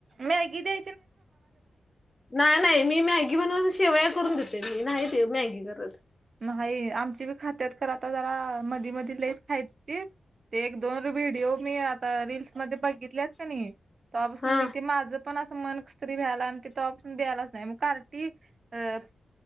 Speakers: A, on the right (about 45°); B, on the left (about 20°).
A: मॅगी द्या
B: नाही- नाही मी मॅगी म्हणून शेवया करून देते. मी नाही मॅगी करत.
A: न्हाही आमची बी खात्यात, पण आता जरा मधी मधी लईच खाय ते एक -दोन. व्हिडओ मी आता रील्स मध्ये बघितल्यात का नाई तेव्हापासन
B: हा
A: मी ते माझ पण अस मन त्री व्यायला आणि ति तो ऑप्शन बी आलाच नाही मग काल ती अ